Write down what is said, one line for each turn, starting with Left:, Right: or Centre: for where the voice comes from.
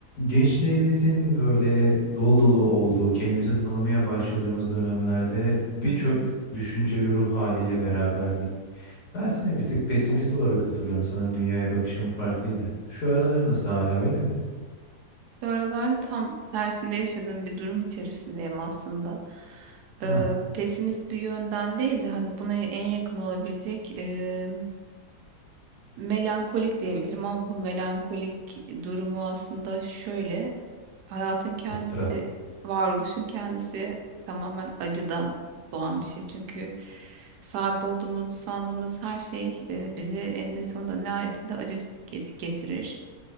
Left: Gençliğimizin böyle dolu dolu olduğu, kendimizi tanımaya başladığımız dönemlerde birçok
Right: Hı hı.
Left: düşünce ve ruh haliyle beraberdik. Ben seni bir tık pesimist olarak hatırlıyorum. Sanırım dünyaya bakışım farklıydı. Şu aralar nasıl hala öyle mi?
Right: Bu aralar tam tersinde yaşadığım bir durum içerisindeyim aslında. Ee,
Left: Ha,
Right: pesimist bir yönden değil de hani buna en yakın olabilecek e, melankolik diyebilirim ama bu melankolik durumu aslında şöyle. Hayatın kendisi,
Left: ıstırap.
Right: varoluşun kendisi tamamen acıdan doğan bir şey. Çünkü sahip olduğumuzu sandığımız her şey e, bizi eninde sonunda nihayetinde acı get- getirir.